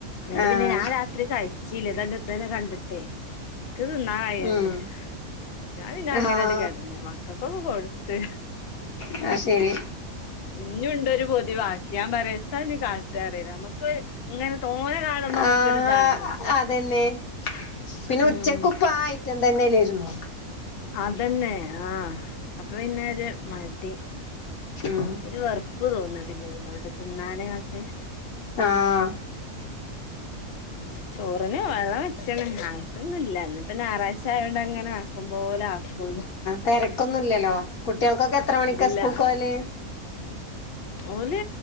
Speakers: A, on the left; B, on the left.
A: ന്നട്ട്
B: ആഹ്
A: പിന്നെ ഞാൻ രാത്രി കഴ് ച്ചീല്ല തന്നെ തന്നെ കണ്ടിട്ടേ ക്ക് ത് ന്നാൻ കയ്യണ്ടേ
B: ഉം
A: ഞാൻ പിന്നങ്ങനണ്ട്
B: ആഹ്
A: കെട്ന്ന് ക്കക്കൊക്കെ കൊട്ത്ത്
B: ന്നാ ശരി
A: ഇഞ്ഞുണ്ടൊരു പൊതി വാക്കി. ഞാൻ പറ്യ എത്താ ഞ്ഞി കാട്ടറ്യ ഞമ്മക് പ്പ് ഇങ്ങനെ തോനെ കാണുംമ്പമ്മക്കൊര്
B: ആഹ്
A: താണല്ലോ
B: അതന്നെ, പിന്നെ
A: ഉം
B: ഉച്ചക്കുപ്പാ ഐറ്റം തന്നല്ലേര്ന്നോ
A: അതന്നെ ആഹ് അപ്പൊ പിന്നെ ഒര് മടി
B: ഉം
A: ഒരു വെർപ്പ് തോന്ന, പിന്നെ അയ്നോട് തിന്നാന്ങ്ങട്ട്
B: ആഹ്
A: ചോറിന് വെള്ളം വെച്ചീണ്. ആയിട്ടൊന്നു ല്ല ന്നിപ്പ ഞായറാഴ്ചായോണ്ടങ്ങനാക്കം പോലാക്കൊള്ളു
B: തെരക്കൊന്നുല്ലല്ലോ, കുട്ട്യാൾക്കൊക്കെ എത്ര മണിക്കാ
A: ഇല്ല
B: സ്കൂൾക്കോവല്
A: ഓല്